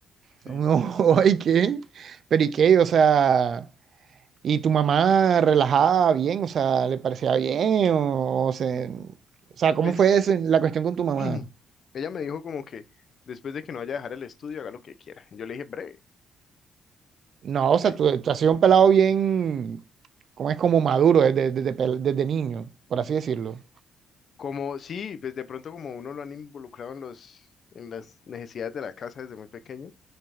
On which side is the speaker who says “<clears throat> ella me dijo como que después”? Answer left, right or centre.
Left